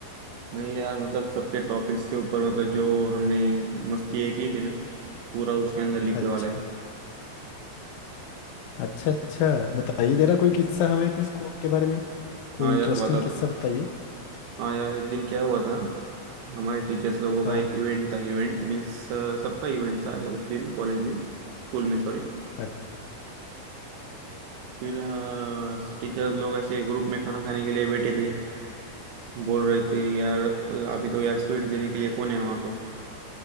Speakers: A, on the right; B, on the left.
A: नहीं यार मतलब सबके टॉपिक्स के ऊपर मतलब जो हमने मस्ती है की थी ना पूरा उसके अंदर लिखने
B: अच्छा
A: वाला है
B: अच्छा अच्छा बताइए जरा कोई किस्सा हमें फिर स्कूल के बारे में कोई
A: हाँ
B: इंटरेस्टिंग
A: यार बता तो
B: किस्सा बताइए
A: हाँ यार एक दिन क्या हुआ था हमारे टीचर्स लोगों का
B: हाँ
A: एक इवेंट था इवेंट मीन्स सबका इवेंट था उस दिन कॉलेज में स्कूल में सॉरी
B: हाँ,
A: फिर टीचर्स लोग ऐसे ग्रुप में खाना खाने के लिए बैठे थे बोल रहे थे यार अभी तो यार स्वीट देने के लिए कौन है हमारे को